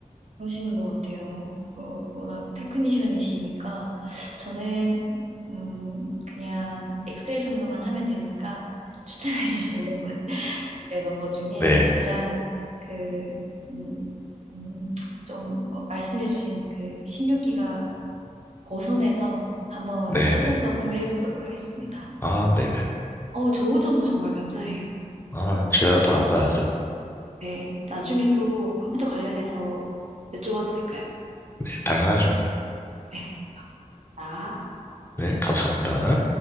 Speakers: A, on the right; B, on the left.
A: 그러시는 것 같아요. 어, 워낙 테크니션이시니까 저는 음, 그냥 엑셀 정도만 하면 되니까 추천해 주신 레버, 레너버 중에
B: 네,
A: 가장 그, 음, 음, 좀 어, 말씀해 주신 그 16기가 고선에서 한번
B: 네,
A: 찾아서
B: 네.
A: 구매해 보도록 하겠습니다.
B: 아, 네네.
A: 어, 좋은 정보 정말 감사해요.
B: 아, 제가 더 감사하죠.
A: 네, 나중에 또 컴퓨터 관련해서 여쭤봐도 될까요?
B: 네, 당연하죠.
A: 네. 아.
B: 네, 감사합니다.